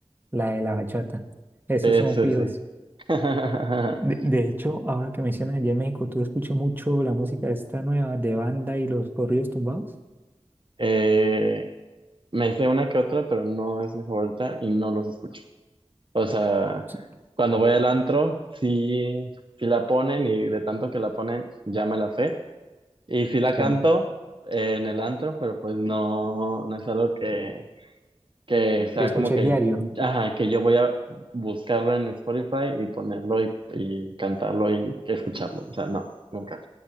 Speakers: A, on the right; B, on the right.
A: la, de la bachata. Esos
B: Sí,
A: son
B: sí,
A: fijos.
B: sí. <laughs>
A: De, de hecho, ahora que mencionas allá en México, ¿tú escuchas mucho la música esta nueva de banda y los corridos tumbados?
B: Eh, me sé una que otra, pero no es mi favorita y no los escucho. O sea,
A: Sí.
B: cuando voy al antro, sí, sí la ponen y de tanto que la ponen, ya me la sé. Y sí la
A: Sí,
B: canto eh, en el antro, pero pues no, no es algo que que sea
A: Que escuché
B: como que,
A: diario.
B: ajá, que yo voy a buscarlo en Spotify y ponerlo y, y cantarlo y que escucharlo. O sea, no, nunca.